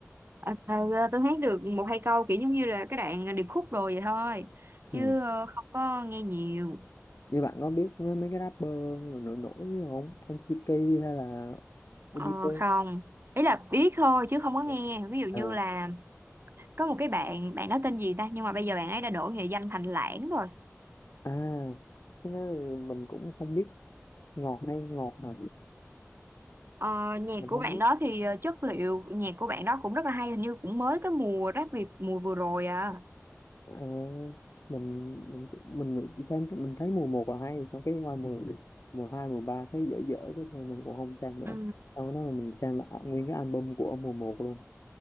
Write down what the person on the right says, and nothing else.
ờ, ờ, tôi hát được một hai câu kiểu giống như là cái đoạn điệp khúc rồi vậy thôi chứ
ờ, không có nghe nhiều
Ờ,
không ý là biết thôi chứ không có nghe
ví dụ như
là có một cái bạn bạn đó tên gì ta nhưng mà bây giờ bạn ấy đã đổi nghệ danh thành Lãng rồi
ờ, nhạc
của
bạn
đó thì ờ, chất liệu nhạc của bạn đó cũng rất là hay hình như cũng mới cái mùa Rap Việt mùa vừa rồi à
Ừ.